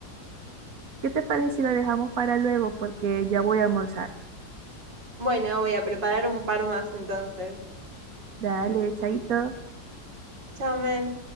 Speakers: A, on the right (about 55°); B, on the right (about 80°).
A: ¿Qué te parece si lo dejamos para luego? Porque ya voy a almorzar.
B: Bueno, voy a preparar un par más entonces.
A: Dale, chaito.
B: Chao, men.